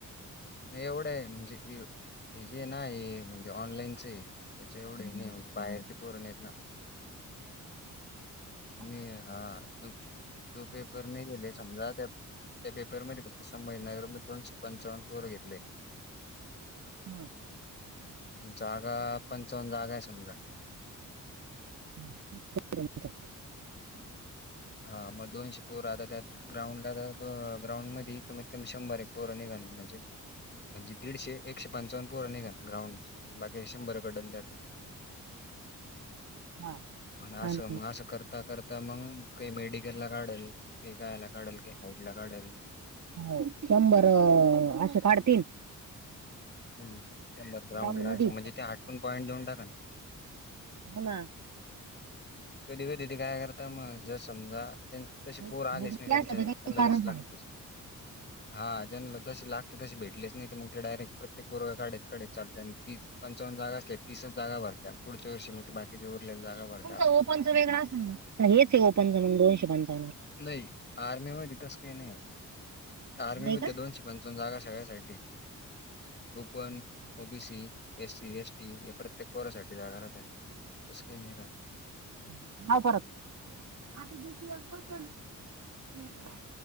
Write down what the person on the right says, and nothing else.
<inaudible>
हा
<inaudible>
हा
आणि
हो.. शंभर असे काढतील
ग्राउंड मध्ये
होना
बुध-
बुधकी
असलं तर
काही कारण
<inaudible>
तुमच ओपनच वेगळा असेल म... हेच आहे ओपनचं मग दोनशे पंचान्नव
नाही
का
<inaudible>